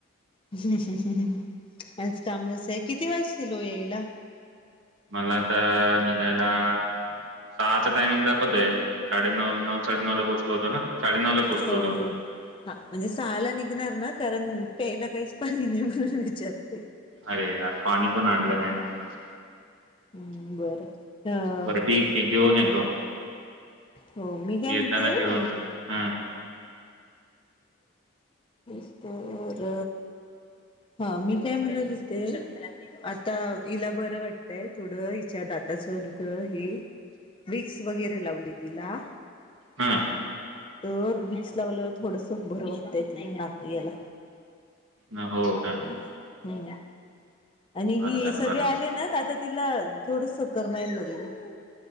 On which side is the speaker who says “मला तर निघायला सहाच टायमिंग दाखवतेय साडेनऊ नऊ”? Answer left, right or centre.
Right